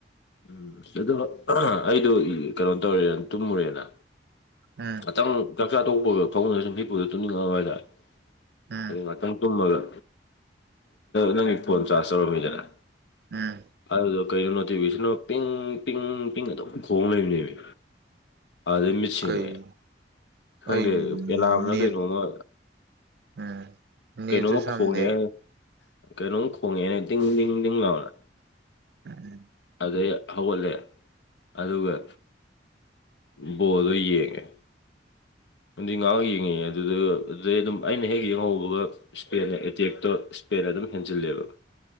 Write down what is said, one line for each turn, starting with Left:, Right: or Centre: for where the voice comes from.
Left: ꯎꯝ ꯑꯣ ꯑꯩꯗꯣ ꯀꯩꯅꯣ ꯇꯧꯔꯦꯅ ꯇꯨꯝꯃꯨꯔꯦꯅ
Right: ꯎꯝ
Left: ꯉꯥꯛꯇꯪ ꯆꯥꯛ ꯆꯥ ꯇꯣꯛꯄꯒ ꯐꯃꯨꯡꯗ ꯁꯨꯝ ꯍꯤꯞꯄꯗꯨ ꯇꯨꯝꯅꯤꯡꯉꯛꯑꯕ ꯍꯥꯏꯇꯥꯔꯦ
Right: ꯎꯝ
Left: ꯑꯗꯨ ꯉꯥꯛꯇꯪ ꯇꯨꯝꯃꯒ ꯅꯪꯒꯤ ꯐꯣꯟ ꯆꯥꯔꯖ ꯇꯧꯔꯝꯃꯤꯗꯅ
Right: ꯎꯝ
Left: ꯑꯗꯨꯗꯣ ꯀꯩꯅꯣ ꯅꯣꯇꯤꯐꯤꯀꯦꯁ ꯑꯃ ꯄꯤꯡ ꯄꯤꯡ ꯑꯗꯨꯝ ꯈꯣꯡ ꯂꯩꯕꯅꯦꯃꯤ ꯑꯗꯨꯗꯩ ꯃꯤꯠꯁꯤꯡꯉꯦ
Right: ꯀꯩ
Left: ꯈꯪꯗꯦ
Right: ꯑꯩ
Left: ꯑꯦꯂꯥꯝꯔ
Right: ꯅꯦꯠ
Left: ꯀꯩꯅꯣꯝꯃ
Right: ꯎꯝ ꯅꯦꯠꯁꯨ
Left: ꯀꯩꯅꯣꯝꯃ
Right: ꯁꯝꯗꯦ
Left: ꯈꯣꯡꯉꯛꯑꯦ ꯀꯩꯅꯣꯝ ꯈꯣꯡꯉꯛꯑꯣ ꯇꯤꯡ ꯇꯤꯡ ꯇꯤꯡ ꯂꯥꯎꯅ
Right: ꯎꯝ
Left: ꯑꯗꯩ ꯍꯧꯒꯠꯂꯦ ꯑꯗꯨꯒ ꯕꯣꯜꯗꯣ ꯌꯦꯡꯉꯦ ꯅꯨꯡꯗꯤꯟ ꯉꯥꯏꯍꯥꯛ ꯌꯦꯡꯉꯤꯉꯩꯗꯨꯗ ꯑꯗꯨꯗꯨꯒ ꯑꯗꯨꯗꯩ ꯑꯗꯨꯝ ꯑꯩꯅ ꯍꯦꯛ ꯌꯦꯡꯍꯧꯕꯒ ꯏꯁꯄꯦꯟꯅ ꯑꯦꯇꯦꯛꯇ ꯏꯁꯄꯦꯟ ꯑꯗꯨꯝ ꯍꯦꯟꯖꯤꯜꯂꯦꯕ